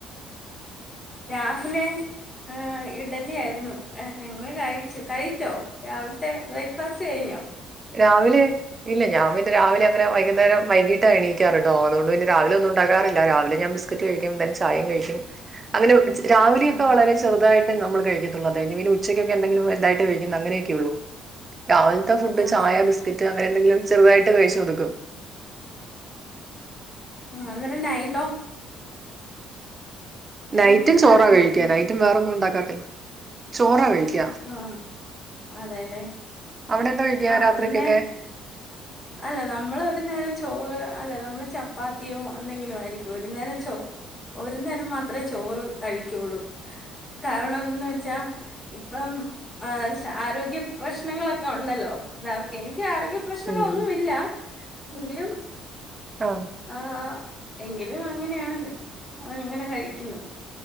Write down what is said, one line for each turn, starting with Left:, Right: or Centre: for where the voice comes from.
Left: രാഹിലെ ആഹ് ഇഡ്ഡലി ആയിരുന്നു ആ ഞങ്ങൾ കഴിച്ചു കഴിച്ചോ രാവിൽത്തെ ബ്രേക്ക്ഫാസ്റ്റ് കഴിഞ്ഞോ?
Right: രാവിലെ ഇല്ല ഞാപിന്നെ രാവിലെ അങ്ങനെ വൈകുന്നേരം വൈകീട്ടാ എണീക്കാറ് ട്ടോ അതുകൊണ്ട്ന്ന രാവില ഒന്നും ഉണ്ടാക്കാറില്ല രാവിലെ ഞാൻ സ് ക്കറ്റ് കഴിക്കുമ്പം തന്നെ ചായേം കഴിക്കും അങ്ങനെ ച് രാവിലെയൊക്കെ
Left: ആഹ്
Right: വളരെ ച് ചെറുതായിട്ട് നമ്മള് കഴിക്കത്തുള്ളു അതായ പിന്നെ ഉച്ചക്കൊക്കെ എന്തെങ്കിലും വലുതായിട്ട് കഴിക്കുന്നങ്ങനെയൊക്കെ ഉള്ളൂ രാവിൽത്ത ഫുഡ്
Left: ആഹ്
Right: ചായ ബിസ്ക്കറ്റ് അങ്ങനെ ന്തെങ്കിലും ചെറുതായിട്ട് കഴിച്ചു കൊടുക്കും
Left: ആഹ് അന്നേരന്നായി ണ്ടോ? നൈറ്റ്
Right: നൈറ്റും
Left: എന്താണ്
Right: ചോറാ
Left: കഴിക്കുന്നെ
Right: കഴിക്ക നൈറ്റും വേറൊന്നും ഉണ്ടാക്കാത്തെ ചോറാ കഴിക്ക
Left: ആഹ് അതെല്ലേ
Right: അവിടെന്താ കഴിക്ക
Left: ആഹ്
Right: രാത്രിക്കൊക്കെ?
Left: ഒരു നേ അല്ല നമ്മൾ ഒരു നേരം ചോറ് അല്ല നമ്മള് ചപ്പാത്തിയോ എന്തെങ്കിലും ആയിരിക്കും ഒരു നേരം ചോ ഒരു നേരം മാത്രേ ചോറ് കഴിക്കുള്ളൂ കാരണം ന്ന് വെച്ചാ ഇപ്പം ആ ച് ആരോഗ്യ പ്രശ്നങ്ങളൊക്കെ ഒണ്ടല്ലോ എല്ലാർക്കു എനിക്ക് ആരോഗ്യ പ്രശ്നങ്ങളൊന്നു
Right: ഉം
Left: ഇല്ല എങ്കിലും
Right: ആഹ്
Left: ആ ആഹ് എങ്കിലും അങ്ങനെയാണ് അവന ങ്ങനെ കഴിക്കുന്നു